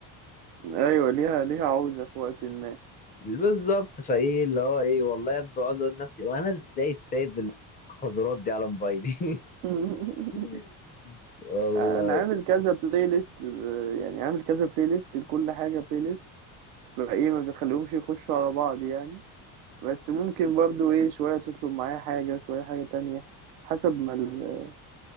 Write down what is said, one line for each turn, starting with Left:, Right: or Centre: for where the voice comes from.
Right: <laughs> ايوه ليها ليها عوزة في وقت ما
Left: بالظبط فايه اللي هو ايه والله بقعد اقول لنفسي وانا ازاي سايب القذرات دي على موبايلي
Right: <laughs>
Left: <laughs> والله
Right: انا عامل كذا بلاي ليست آه، يعني عامل كذا بلاي ليست لكل حاجة بلاي ليست فايه ما بخليهمش يخشوا على بعض يعني بس ممكن برضو ايه شوية تطلب معايا حاجة شوية حاجة تانية حسب ما ال-